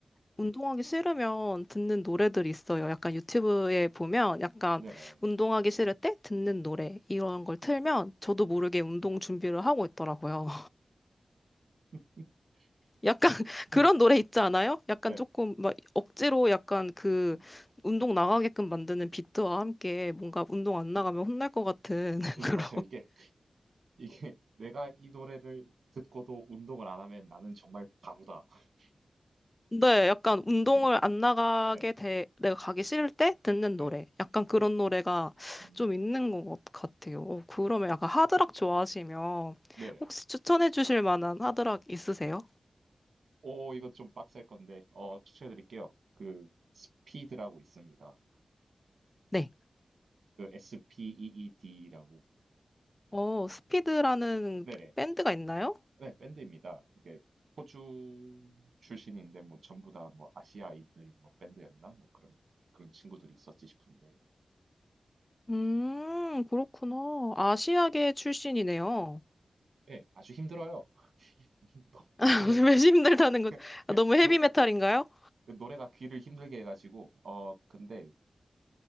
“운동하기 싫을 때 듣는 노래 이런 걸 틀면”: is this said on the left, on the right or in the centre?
Left